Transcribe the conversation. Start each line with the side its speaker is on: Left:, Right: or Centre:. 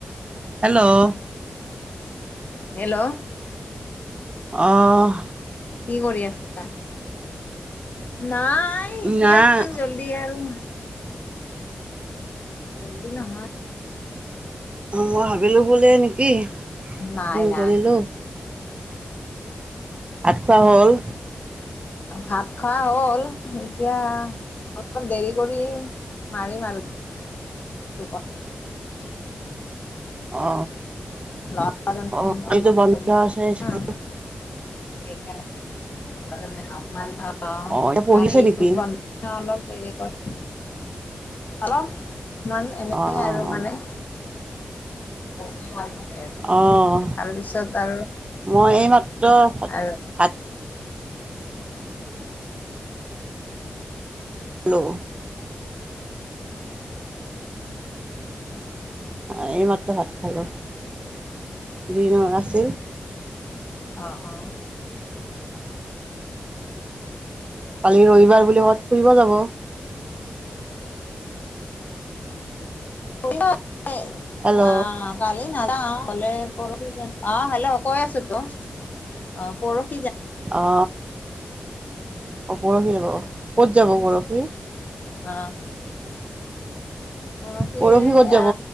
Right: Hello
Left: hello
Right: আহ
Left: কি কৰি আছা নাই, এতিয়া
Right: নাই
Left: ইমান জল্দি আৰু। জল্দি নহয়
Right: অ মই ভাবিলো শুলে নেকি
Left: নাই,
Right: ফোন
Left: নাই,
Right: কৰিলোঁ
Left: নাই।
Right: ভাত খোৱা হ'ল?
Left: ভাত খোৱা হ'ল এতিয়া অলপ দেৰি কৰি মাৰিম আৰু। ক <unintelligible>
Right: অ,
Left: ল'ৰাজনে
Right: ‌অহাকালিটো
Left: অলপ
Right: বন্ধ
Left: পঢ়ি থাকে
Right: আছে, স্কুল।
Left: না <unintelligible> অ'
Right: অঁ এতিয়া পঢ়িছে
Left: কালি
Right: নেকি
Left: স্কুল বন্ধ অলপ দেৰিকৈ হেল্ল ইমান, এনেকেই
Right: অঁ
Left: আৰু
Right: অঁ
Left: মানে <unintelligible>
Right: অঁ অঁ
Left: তাৰপিছত আৰু
Right: মই <unintelligible>
Left: আৰু
Right: ভাত হেল্ল <unintelligible>
Left: <inaudible>
Right: এইমাত্ৰ ভাত খালো, দিনৰ আছিল
Left: অ' অ'
Right: কালি ৰবিবাৰ বুলি, কৰোবাত ফুৰিব যাব?
Left: <unintelligible>
Right: হেল্ল'
Left: অ, কালি নেযাওঁ গ'লে পৰখি যাম অ হেল্ল' কৈ আছো তো অ পৰখ
Right: অ। অ, পৰহি যাব, ক'ত যাব পৰ হি
Left: অহ। পৰহী
Right: পৰহি
Left: এইয়া
Right: ক'ত যাব